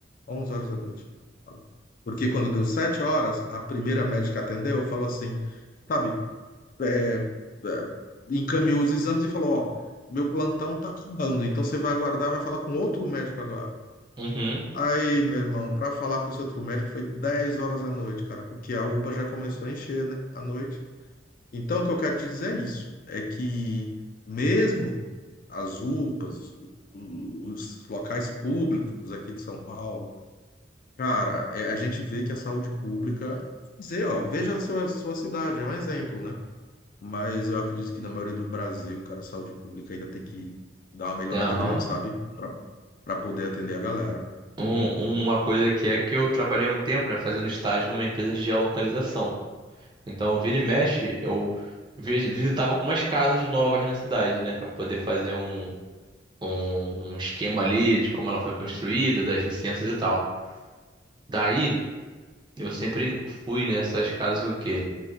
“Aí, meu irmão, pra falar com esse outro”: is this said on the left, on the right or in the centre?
Left